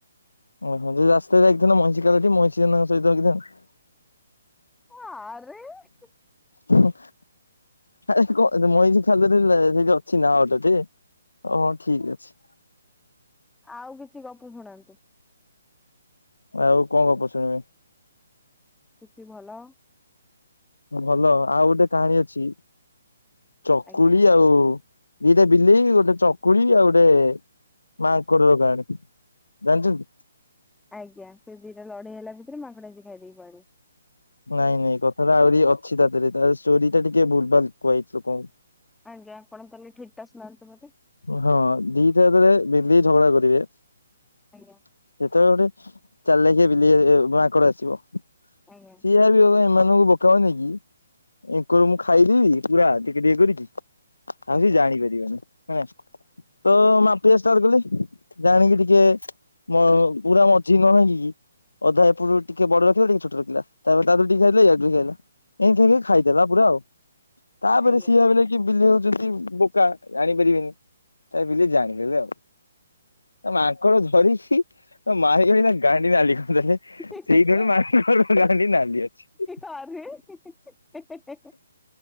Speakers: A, on the left; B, in the centre.
A: ଓହୋ ଯଦି ରାସ୍ତାରେ ଯାଇଥାନ୍ତ ମଇଁଷି ଖାଲଠି ମଇଁଷି ମାନଙ୍କ ସହିତ ହଗି ଥାନ୍ତ।
B: ଆରେ ହେ।
A: ହିଁ ଆରେ କ ମଇଁଷି ଖାଲରେ ଲେ ଅଛି ନା <unintelligible> ଠି ହ ଠିକ୍ ଅଛି।
B: ଆଉ କିଛି ଗପ ଶୁଣାନ୍ତୁ?
A: ଆଉ କଣ ଗପ ଶୁଣିବେ?
B: କିଛି ଭଲ
A: ଭଲ ଆଉ ଗୋଟେ କାହାଣୀ ଅଛି ଚକୁଳି
B: ଆଜ୍ଞା
A: ଆଉ ଦିଟା ବିଲେଇ ଗୋଟେ ଚକୁଳି ଆଉ ଗୋଟେ ମାଙ୍କଡ଼ ର କାହାଣୀ। ଜାଣିଛନ୍ତି।
B: ଆଜ୍ଞା ସେ ଦିଟା ଲଢେଇ ହେଲା ଭିତରେ ମାଙ୍କଡ଼ ଆସିକି ଖାଇ ଦେଇ ପଳାଏ।
A: ନାଇଁ ନାଇଁ କଥାଟା ଆହୁରି ଅଛି ତା ଦେହରେ ତାର ଷ୍ଟୋରି ଟା ଟିକେ ଭୁଲ ଭଲ କୁହାଯାଇଛି ଲୋକଙ୍କୁ।
B: ଆଜ୍ଞା ଆପଣ ତାହେଲେ ଠିକ୍ ଟା ଶୁଣାନ୍ତୁ। ମତେ
A: ହଁ ଦିଟା ଯେତେବେଳ ବିଲେଇ ଝଗଡା କରିବେ ସେତେବେଳେ
B: ଆଜ୍ଞା
A: ଗୋଟେ ଚାଲାଖିଆ ବିଲେଇ ଏ ମାଙ୍କଡ ଆସିବ ଠିଆ
B: ଆଜ୍ଞା
A: ବି ହୋଗା ଏମା ଏମାନଙ୍କୁ ବୋକା ବନେଇକି ଏଙ୍କାର ମୁଁ ଖାଇଦେବି ପୁରା ଟିକେ ଟିକେ କରିକି ଆଉ
B: ଆଜ୍ଞା
A: ସେ ଜାଣିପାରିବନି ହେଲା ତ
B: ଆଜ୍ଞା
A: ମାପିବା ଷ୍ଟାର୍ଟ କଲେ। ଜାଣିକି ଟିକେ ମ ପୁରା ମଝିକି ନ ଭାଙ୍ଗିକି କି ଅଧା ଏପଟୁ ଟିକେ ବଡ ରଖିଲା ଟିକେ ଛୋଟ ରଖିଲା ତାପରେ ତା ଠାରୁ ଟିକେ ଖାଇଲା ୟାଠୁ ଟିକେ ଖାଇଲା। ଏମିତି ହେଇକି ଖାଇଦେଲା ପୁରା ଆଉ। ତାପରେ
B: ଆଜ୍ଞା
A: ସିଏ ଭାବିଲା କି ବିଲେଇ ହଉଛନ୍ତି ବୋକା ଜାଣିପାରିବେନି ତା ବିଲେଇ ଜାଣି ଲେ ଆଉ ୟା ମାଙ୍କଡ଼ ଧରିଛି ମାରିକି ନା ଗାଣ୍ଡି ନାଲି କରିଦେଲେ ସେଇ
B: ଆଜ୍ଞା।
A: ଦିନଠୁ ମାଙ୍କଡ ର ଗାଣ୍ଡି ନାଲି ଅଛି।
B: ଆରେ ହେଁ ହେଁ